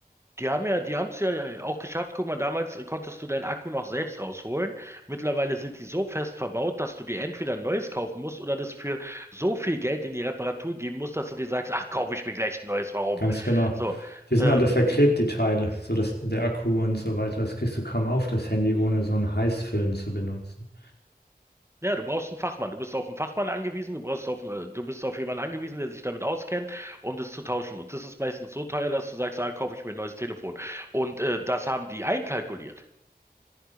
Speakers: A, on the right; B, on the left.
A: die haben ja, die haben es ja auch geschafft. Guck mal, damals konntest du deinen Akku noch selbst rausholen. Mittlerweile sind die so fest verbaut, dass du dir entweder ein neues kaufen musst oder das für so viel Geld in die Reparatur geben musst, dass du dir sagst, ach, kaufe ich mir gleich ein neues, warum?
B: Ganz genau.
A: So.
B: Die sind
A: Ähm,
B: alle verklebt,
A: die,
B: die Teile, so dass der Akku und so weiter. Das kriegst du kaum auf, das Handy, ohne so einen Heißfilm zu benutzen.
A: Ja, du brauchst einen Fachmann. Du bist auf einen Fachmann angewiesen, du brauchst auf, äh, du bist auf jemanden angewiesen, der sich damit auskennt, um das zu tauschen. Und das ist meistens so teuer, dass du sagst, ah, kaufe ich mir ein neues Telefon. Und äh, das haben die einkalkuliert.